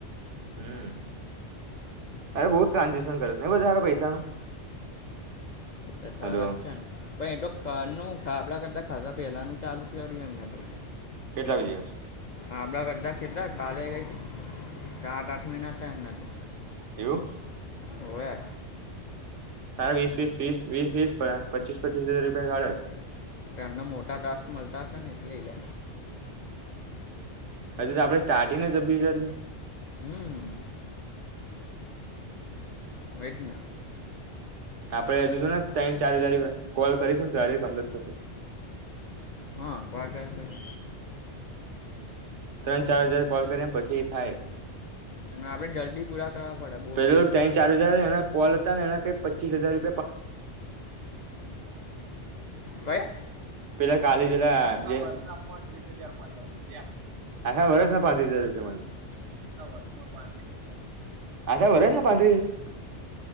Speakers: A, on the left; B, on the right.
A: <unintelligible>
B: હમ અરે બઉ જ ટ્રાન્ઝેક્શન કરે છે એ વધારે પૈસાનું
A: તથા
B: હલો
A: વચનનું ખાડા કરતા ખાધા પેલાનું ચાલુ કર્યું એમને તો
B: કેટલા બજે આવ
A: આપડા કરતા કેટલા કાલે કઈ સાત આઠ મહિના થાય એમના તો
B: એવું
A: હોવે
B: હા વીસ વીસ વીસ વીસ વીસ પચીસ પચીસ હજાર રૂપિયા કાઢત
A: એમને મોટા ત્રાસ મળતા હશે ને એટલે એ લે
B: હ હજુ તો આપડે સ્ટાર્ટિંગને જપી એટલે
A: હમ વેટના
B: આપડે હજુ તો ને તૈણ ચાર હજારી કોલ કરીશું ને ત્યારે કમ્પ્લેટ થશે
A: હા ક ક હોય <unintelligible>
B: ત્રણ ચાર હજાર કોલ કર્યા પછી એ થાય
A: આપણે જલ્દી પૂરા કરવા પડે બહુ
B: પેલો
A: ટાઈમ
B: ત્યાય
A: ના લેવાનો
B: ચાર હજાર એના કોલ હતા ને એના ક પચીસ હજાર ર
A: કયા
B: <unintelligible> કાલે જલા જે વર્ષના પોત્રીસ હાજર મલ્યા બદડ્યા આખા વરસ ના પાંત્રિસ હજાર રૂપિયા મલ આખા વરસમાં પાંત્રીસ હજાર મલ્યા આખા વરસના પાંત્રીસ